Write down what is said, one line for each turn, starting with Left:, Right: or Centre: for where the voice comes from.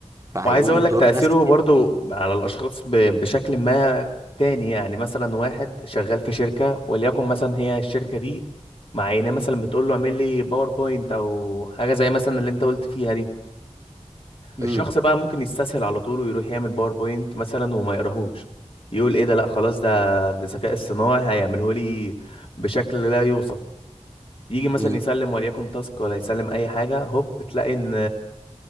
Right: فهيقوم
Left: وعايز اقول
Right: بدور
Left: لك تأثيره
Right: ناس كتير
Left: برضو على الاشخاص ب- بشكل ما تاني يعني مثلا واحد شغال في شركة وليكن مثلا هي الشركة دي معينة مثلا بتقول له اعمل لي باوربوينت او حاجة زي مثلا اللي انت قلت فيها دي
Right: امم
Left: الشخص بقى ممكن يستسهل على طول ويروح يعمل باوربوينت مثلا وما يقراهوش يقول ايه ده لا خلاص ده ده الذكاء الصناعي هيعمله لي بشكل لا يوصف يجي مثلا
Right: امم
Left: يسلم وليكن تاسك ولا يسلم اي حاجة هوب بتلاقي ان